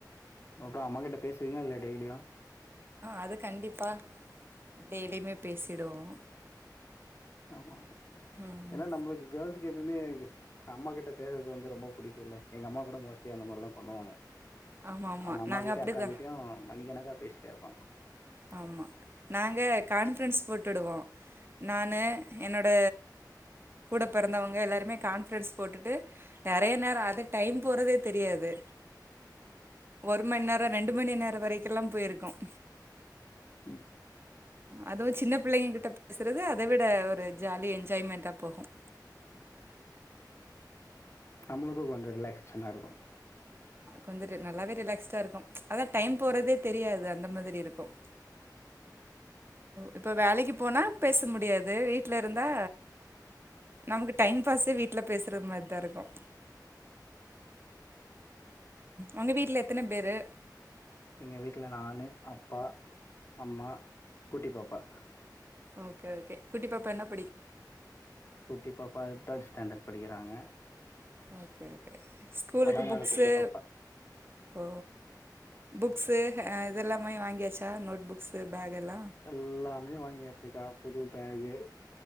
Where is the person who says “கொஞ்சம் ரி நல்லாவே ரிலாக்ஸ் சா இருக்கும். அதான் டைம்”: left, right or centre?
Right